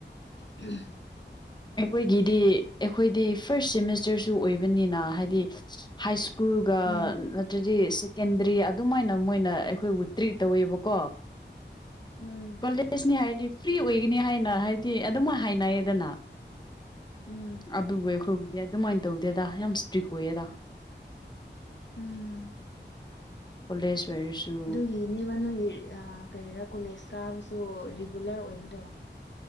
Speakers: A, on the left; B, on the left.
A: <inaudible>
B: ꯑꯩꯈꯣꯏꯒꯤꯗꯤ ꯑꯩꯈꯣꯏꯗꯤ ꯐꯥꯔꯁ ꯁꯦꯃꯤꯁꯇꯔꯁꯨ ꯑꯣꯏꯕꯅꯤꯅ ꯍꯥꯏꯗꯤ ꯍꯥꯏ ꯁꯨ ꯁ꯭ꯀꯨꯜꯒ
A: ꯎꯝ
B: ꯅꯠꯇ꯭ꯔꯗꯤ ꯀꯦꯟꯗ꯭ꯔꯤ ꯑꯗꯨꯃꯥꯏꯅ ꯃꯣꯏꯅ ꯑꯩꯈꯣꯏꯕꯨ ꯇ꯭ꯔꯤꯠ ꯇꯧꯋꯦꯕꯀꯣ
A: ꯎꯝ
B: ꯍꯥꯏꯗꯤ ꯐ꯭ꯔꯤ ꯑꯣꯏꯒꯅꯤ ꯍꯥꯏꯅ ꯍꯥꯏꯗꯤ ꯑꯗꯨꯝ ꯍꯥꯏꯅꯩꯌꯦꯗꯅ
A: ꯎꯝ
B: ꯑꯗꯨꯕꯨ ꯑꯩꯈꯣꯏꯕꯨꯗꯤ ꯑꯗꯨꯃꯥꯏꯅ ꯇꯧꯗꯦꯗ ꯌꯥꯝ ꯏꯁꯇ꯭ꯔꯤꯛ ꯑꯣꯏꯌꯦꯗ
A: ꯎꯝ
B: ꯀꯣꯂꯦꯖ ꯑꯣꯏꯔꯁꯨ
A: ꯑꯗꯨ ꯌꯦꯅꯦꯕ ꯅꯣꯏ ꯀꯔꯤꯔꯥ ꯀꯣꯂꯦꯖ ꯀꯥꯕꯁꯨ ꯔꯤꯒꯨꯂꯔ ꯑꯣꯏꯕꯗꯧꯕ